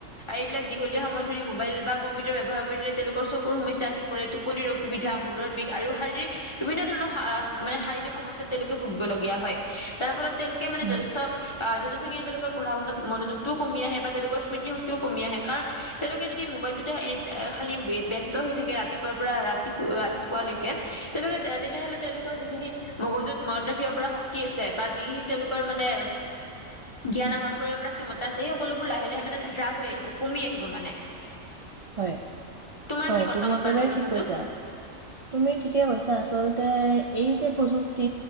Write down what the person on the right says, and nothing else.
উম
হয়
-হয়
তুমি একেবাৰে
ঠিক কৈছা। তুমি ঠিকে কৈছা আচলতে এই যে প্ৰযুক্তি